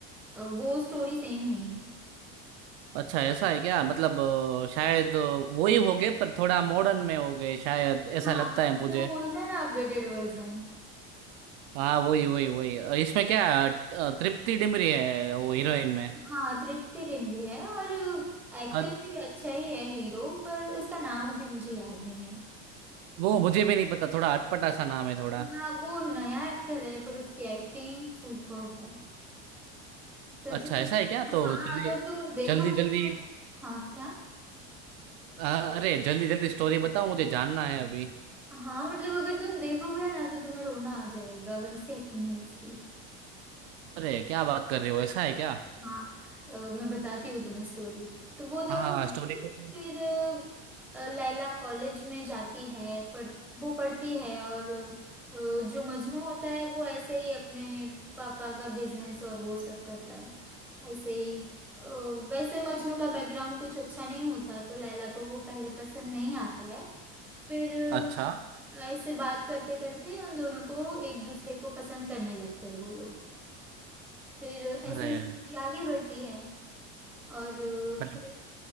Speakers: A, in the centre; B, on the right (about 75°).
A: अ, वो स्टोरी सेम नहीं है
B: अच्छा ऐसा है क्या मतलब अ, शायद अ, वो ही हो गए पर थोड़ा मॉडर्न में हो गए शायद ऐसा
A: हाँ
B: लगता है मुझे
A: वो बोलते हैं ना अपडेटेड वर्जन
B: हाँ वही वही वही अ, इसमें क्या अ, तृप्ति डिमरी है वो हीरोइन में
A: हाँ तृप्ति डिमरी है और एक्टर
B: अ,
A: भी अच्छा ही है हीरो पर उसका नाम अभी मुझे याद नहीं
B: वो मुझे भी नहीं पता थोड़ा अटपटा सा नाम है थोड़ा
A: है हाँ वो नया एक्टर है पर उसकी एक्टिंग सुपर्ब है सच
B: अच्छा
A: में
B: ऐसा है क्या तो
A: हाँ
B: चलिए
A: अगर तुम देखोगे
B: जल्दी जल्दी
A: तो हाँ क्या
B: अ, अरे जल्दी जल्दी स्टोरी बताओ मुझे जानना है अभी
A: हाँ मतलब अगर तुम देखोगे ना तो तुम्हें रोना आ जाएगा वैसी एक्टिंग है उसकी
B: अरे क्या बात कर रहे हो ऐसा है क्या
A: हाँ अ, मैं बताती हूँ तुम्हें स्टोरी तो वो दोनों
B: हाँ
A: मिलते
B: स्टोरी
A: हैं,
B: को
A: फिर अ, लैला कॉलेज में जाती है पढ़ वो पढ़ती है और अ, जो मजनू होता है वो ऐसे ही अपने पापा का बिजनेस और वो सब करता है ऐसे ही अ, वैसे मजनू का बैकग्राउंड कुछ अच्छा नहीं होता तो लैला को वो पहले पसंद नहीं आता है फिर
B: अच्छा
A: अ, ऐसे बात करते करते उन दोनों को एक दूसरे को पसंद करने लगते हैं वो लोग फिर
B: अरे
A: ऐसे ही स्टोरी आगे बढ़ती है और अ,
B: मतलब
A: फिर